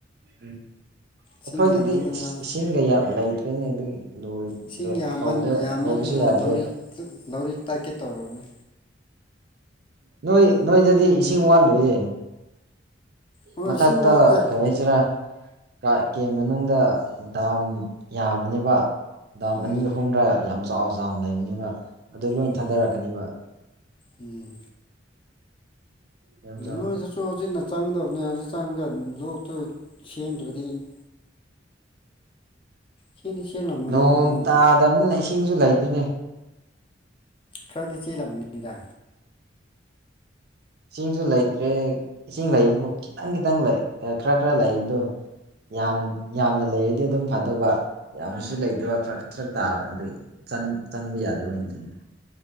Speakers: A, on the right; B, on the left.
A: ꯎꯝ
B: ꯁꯤꯡ
A: ꯑꯈꯣꯏꯗꯗꯤ
B: ꯌꯥꯝꯕꯅꯤꯅ
A: ꯏꯁꯤꯡ ꯀꯌꯥ ꯂꯩꯇ꯭ꯔꯦꯅꯦ ꯑꯗꯨꯒꯤ ꯂꯣꯏ
B: ꯏꯁꯤꯡ ꯌꯥꯝꯃꯟ
A: ꯍꯧꯗ
B: ꯌꯥꯝꯃꯟꯗꯅ
A: ꯍꯧꯕꯁꯨ ꯌꯥꯗ꯭ꯔꯦ
B: ꯂꯧꯔꯤ ꯂꯧꯔꯤ ꯇꯠꯀꯦ ꯇꯧꯔꯕꯅꯤ
A: ꯅꯣꯏ ꯅꯣꯏꯗꯗꯤ ꯏꯁꯤꯡ ꯋꯥꯠꯂꯣꯏꯌꯦ
B: ꯍꯣꯏ
A: ꯃꯊꯛꯇ
B: ꯏꯁꯤꯡ ꯋꯥꯠꯇꯦ
A: ꯀꯩ ꯍꯥꯏꯁꯤꯔꯀꯥꯀꯦ ꯃꯅꯨꯡꯗ ꯗꯥꯝ ꯌꯥꯝꯕꯅꯦꯕ ꯗꯥꯝ
B: ꯎꯝ
A: ꯑꯅꯤ ꯑꯍꯨꯝꯔ ꯌꯥꯝ ꯆꯥꯎ ꯆꯥꯎꯅ ꯂꯩꯕꯅꯤꯕ ꯑꯗꯨ ꯂꯣꯏ
B: ꯎꯝ
A: ꯊꯥꯗꯔꯛꯀꯅꯤꯕ
B: ꯎꯝ
A: ꯌꯥꯝ ꯆꯥꯎꯋꯦ
B: ꯅꯣꯏꯗꯁꯨ ꯍꯧꯖꯤꯛꯅ ꯆꯪꯗꯕꯅꯦ ꯍꯧꯖꯤꯛ ꯆꯪꯉꯒ ꯂꯣꯛꯇꯨ ꯁꯦꯝꯗ꯭ꯔꯗꯤ <inaudible> ꯆꯦꯟꯗꯤ ꯆꯦꯜꯂꯝꯃꯅꯤꯗ
A: ꯅꯣꯡ
B: ꯅꯣꯏꯁꯨ
A: ꯇꯥꯗꯕꯅꯤꯅ ꯏꯁꯤꯡꯁꯨ ꯂꯩꯇꯦꯅꯦ
B: ꯈꯔꯥꯗꯤ ꯆꯦꯜ ꯂꯝꯅꯤꯗ
A: ꯏꯁꯤꯡꯁꯨ ꯂꯩꯇ꯭ꯔꯦ ꯏꯁꯤꯡ ꯂꯩꯕꯕꯨ ꯈꯤꯇꯪ ꯈꯤꯇꯪ ꯈꯔ ꯈꯔ ꯂꯩꯕꯗꯣ ꯌꯥꯝꯅ ꯌꯥꯝꯅ ꯂꯩꯔꯗꯤ ꯑꯗꯨꯝ ꯐꯗꯧꯕ ꯌꯥꯝꯅꯁꯨ ꯂꯩꯇꯕ ꯐ꯭ꯔꯛ ꯐ꯭ꯔꯛ ꯇꯥꯕ ꯑꯗꯨꯏ ꯆꯪ ꯆꯪꯕ ꯌꯥꯗꯦꯕꯩ ꯀꯩꯅꯣ